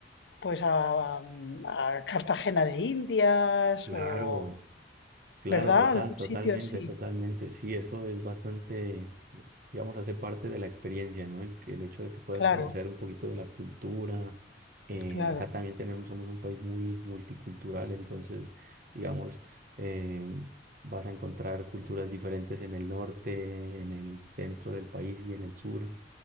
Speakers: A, on the left (about 75°); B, on the right (about 50°).
A: pues a, a Cartagena de Indias
B: claro.
A: o,
B: Claro,
A: ¿verdad?
B: total,
A: Algún
B: totalmente,
A: sitio así.
B: totalmente. Sí, eso es bastante, digamos, hace parte de la experiencia, ¿no? El, que- el hecho de que puedas
A: Claro,
B: conocer un poquito de la cultura. Eh,
A: claro,
B: acá también tenemos, somos un país muy multicultural, entonces, digamos, eh, vas a encontrar culturas diferentes en el norte, en el centro del país y en el sur